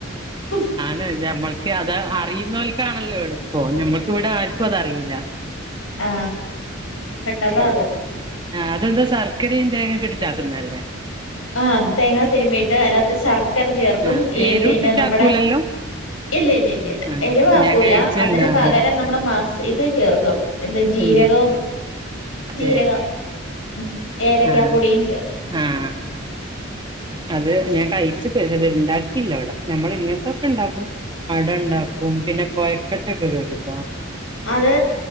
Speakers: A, on the left; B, on the right.
A: ഉം
B: ഞ ഞമ്മൾക്ക് അത് അറിയുന്നവൽക്കാണല്ലോ എളുപ്പ നമ്മക് ഇവിടെ ആർക്കും അതറിയില്ല
A: ആ പെട്ടെന്നാ
B: ആ അതെന്താ ശർക്കരയും തേങ്ങൊക്കെ ഇട്ടിട്ടാക്കുന്ന അല്ലെ
A: ആ തേങ്ങാ തിരുമ്മീയിട്ട് അല്ലാെ ശർക്കര ചേർക്കും
B: ആഹ്
A: ഈ
B: എരു
A: പിന്നെ
B: ഇട്ടിട്ടാക്കൂലല്ലോ
A: നമ്മടെ ഇല്ല ഇല്ല ഇല്ല ഇല്ല
B: ആഹ്
A: എരിവാക്കൂല
B: ഞാൻ കഴിച്ചിണ്ട്
A: അതിന്
B: അത്
A: പകരം നമ്മള മാ ഇത് ചേർക്കും എന്താ ജീരകം
B: എന്ത്
A: ജീരകം
B: ഏഹ്
A: ഉം ഏലക്കാ
B: ആഹ്
A: പൊടിയും ചേർക്കും
B: ആഹ് ആഹ് അത് ഞാൻ കഴിച്ചകണ് ഇണ്ടാക്കിയില്ല ഇവിടെ നമ്മള ഇങ്ങനത്തൊക്കെ ഇണ്ടാക്കും അട ഇണ്ടാക്കും പിന്നെ കൊഴക്കട്ടൊക്കെ കേട്ടക്കോ
A: അത്